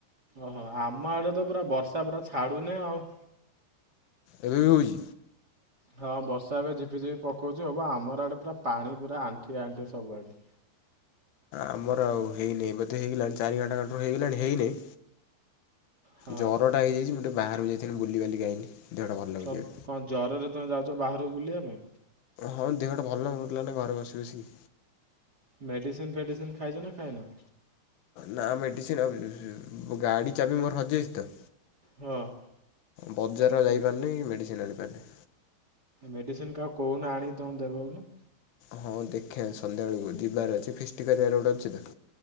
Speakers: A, on the right (about 25°); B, on the left (about 80°).
A: ଓହୋ ଆମ ଆଡେ ତ ପୁରା ବର୍ଷା ପୁରା ଛାଡୁନି ଆଉ।
B: ଏବେ ବି ହେଉଛି?
A: ହଁ ବର୍ଷା ଏବେ ଝିପିଝିପି ପକଉଛି ହବ ଆମର ଆଡେ ପୁରା ପାଣି ପୁରା ଆଣ୍ଠି ଆଣ୍ଠି ସବୁଆଡେ।
B: ଆମର ଆଉ ହେଇନାହିଁ ବୋଧେ ହେଇଗଲାଣି ଚାରି ଘଣ୍ଟା ଘାରୁ ହେଇଗଲାଣି ହେଇନାହିଁ
A: ହଁ
B: ଜର ଟା ହେଇଯାଇଛି ମୁଁଟେ ବାହାରକୁ ଯାଇଥିଲି ବୁଲିିବାଲିିକି ଆଇଲି। ଦେହଟା ଭଲ ଲାଗୁଛି
A: କ
B: ଏବେ
A: କଣ ଜ୍ୱରରେ ତମେ ଯାଉଛ ବାହାରକୁ ବୁଲିବା ପାଇଁ?
B: ହଁ ଦେହଟା ଭଲ ଲାଗୁନଥିଲା ନା ଘରେ ବସି ବସି।
A: ମେଡିସିନ ଫେଡିସିନ ଖାଇଛ ନା ଖାଇନ?
B: ନା ମେଡିସିନ ଗାଡି ଚାବି ମୋର ହଜିଯାଇଛି ତ।
A: ହଁ।
B: ବଜାର ଆଉ ଯାଇପାରିନି ମେଡିସିନ ଆଣିପାରିନି।
A: ମେଡିସିନ କାହାକୁ କହୁନ ଆଣିକି ତମକୁ ଦେବ ବୋଲି।
B: ହଁ ଦେଖିଆ ସନ୍ଧ୍ୟାବେଳକୁ ଯିବାର ଅଛି ଫିଷ୍ଟି କରିବାର ଗୋଟ ଅଛି ତ।